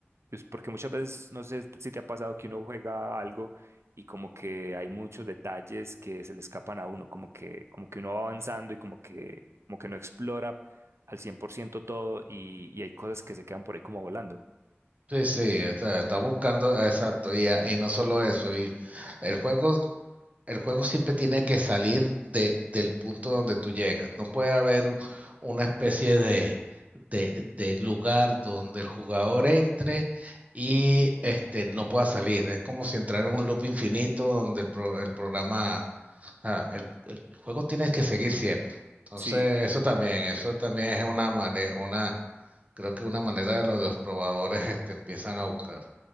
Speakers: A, on the right; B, on the right.
A: pues, porque muchas veces, no sé si te ha pasado que uno juega algo y como que hay muchos detalles que se le escapan a uno, como que, como que uno va avanzando y como que, como que no explora al 100% todo y, y hay cosas que se quedan por ahí como volando.
B: Sí, sí, está, está buscando, exacto, y, a- y no solo eso, y el juego el juego siempre tiene que salir de, del punto donde tú llegas. No puede haber una especie de, de, de lugar donde el jugador entre y este, no pueda salir. Es como si entrara en un loop infinito donde el, pro, el programa, ah, el, el, juego tiene que seguir siempre. Entonces,
A: Sí,
B: eso también, eso también es una manera, una, creo que una manera de lo de los probadores este, empiezan a buscar.